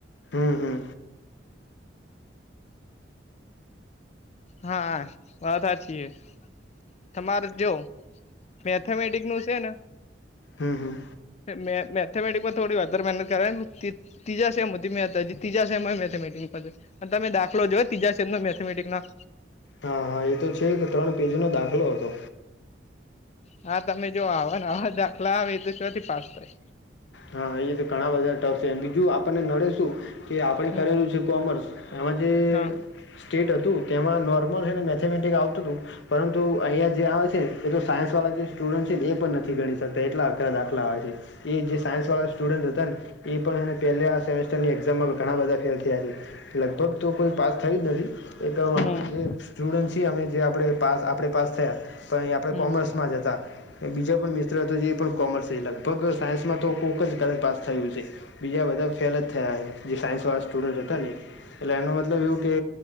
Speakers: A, on the left; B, on the left.
A: હમ્મ હમ.
B: હા વાત હાચી એ. તમારુ જો મેથેમેટિક નું છે ને
A: હમ હમ
B: મે મેથમેટિકમાં થોડી વધારે મહેનત કરે <unintelligible> ત્રીજા સેમ હતી મે થે જી ત્રીજા સેમ માં મેથથેમેટિકસ હ તે તમે દાખલો જોયો ત્રીજા સેમના મેથેમેટિક ના.
A: હા હા એ તો છે જ ત્રણ પેજ નો દાખલો હતો.
B: હા તમે જો આવવાને આવા દાખલા આવે તો શ્યોથી પાસ થાય.
A: હા એ તો ઘણા બધા ટફ છે બીજું આપણને નડે શું. કે આપણે
B: હમ
A: કરેલું છે કોમર્સ એમાં જે
B: હા
A: સ્ટેટ હતું તેમાં નોર્મલ છેને, મેથેમેટિક આવતું હતું. પરંતુ અહિયા જે આવે છે એ તો સાયન્સ વાળા જે સ્ટુડન્ટ છે ને એ પણ નથી ગણી શકતા એટલા આગરા દાખ <unintelligible> એ જે સાયન્સવાળા સ્ટુડન્ટ હતા ને એ પણ પહેલા આ સેમેસ્ટરની એઝામમાં ઘણા બધા ફેલ થયા છે. લગભગ તો કોઈ પાસ થઇ જ નથી. એક અમે
B: હમ
A: જે સ્ટુડન્ટ છીએ અમે જે આપણે પા આપણે પાસ થયા. પણ આપણે
B: હમ
A: કોમર્સમાં જ હતા, બીજો પણ મિત્ર હતો જે પણ કોમર્સ લગભગ સાયન્સમાં તો કોઈક જ કરે પાસ થયું છે. બીજા બધા ફેલ જ થયા, જે સાયન્સ વાળા સ્ટુડન્ટ હતા ને એટલે એનો મતલબ એવું કે